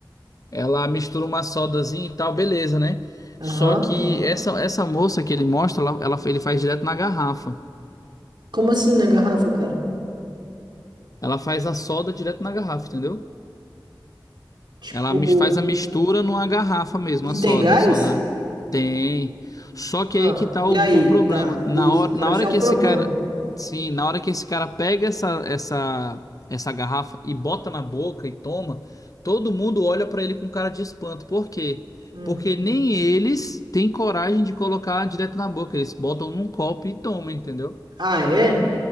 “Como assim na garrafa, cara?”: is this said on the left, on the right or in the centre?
Right